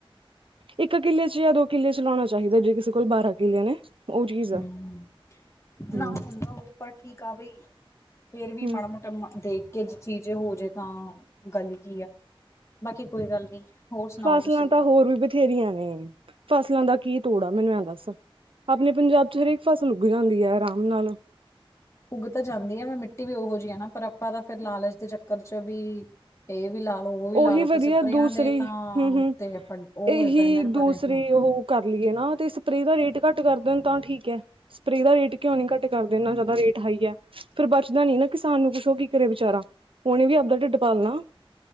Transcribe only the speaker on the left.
ਹੁਂ।
ਨਾ ਹੁੰਦਾ ਉਹ ਪਰ ਠੀਕ ਆ ਬਈ ਫੇਰ ਵੀ
ਮਾੜਾ ਮੋਟਾ ਮ ਦੇਖ ਕਿ ਜ ਚੀ ਜੇ ਹੋਜੇ ਤਾਂ, ਗੱਲ ਕੀ ਆ। ਬਾਕੀ ਕੋਈ ਗੱਲ ਨੀ। ਹੋਰ ਸੁਣਾਓ
ਤੁਸੀਂ?
ਉੱਗ ਤਾਂ ਜਾਂਦੀ ਆ। ਮਿੱਟੀ ਵੀ ਉਹੋ ਜਿਹੀ ਆ ਨਾ ਪਰ ਆਪਾਂ ਤਾਂ ਫੇਿਰ ਲਾਲਚ ਦੇ ਚੱਕਰ ਚ ਵੀ ਇਹ ਵੀ ਲਾ ਲੋ ਉਹ ਵੀ ਲਾ
ਲਓ, ਤੇ
ਸਪਰਿਆਂ
ਦੇ ਤਾਂ
ਉਤੇ ਆਪਾਂ ਉਹ
<unintelligible> ਨਰ ਭਰੇ
ਨੇ।